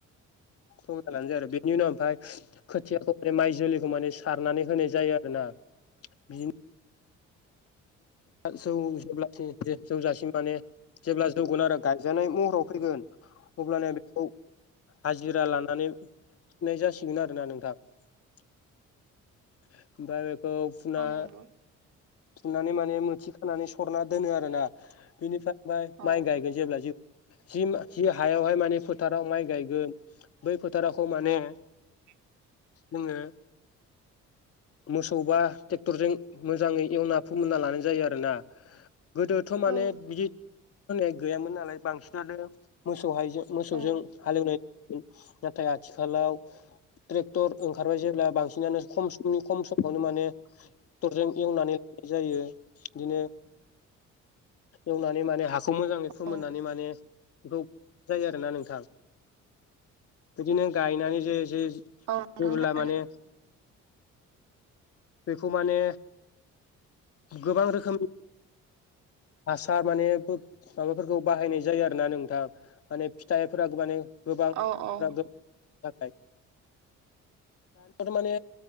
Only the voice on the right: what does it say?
औ नंगौ
औ
ए
औ
औ
औ
औ नोंथां
औ औ
<inaudible>